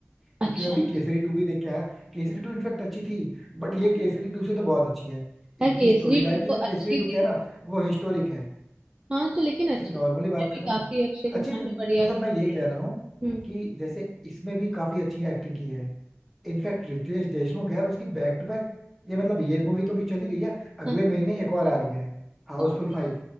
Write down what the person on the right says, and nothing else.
अच्छा
हाँ,
यार केसरी
टू
तो अच्छी
थी
हाँ तो लेकिन
अच्छी
थी उसमें
भी
काफी
अक्षय कुमार
ने बढ़िया
करी
है
हम्म
हाँ,
कौन सी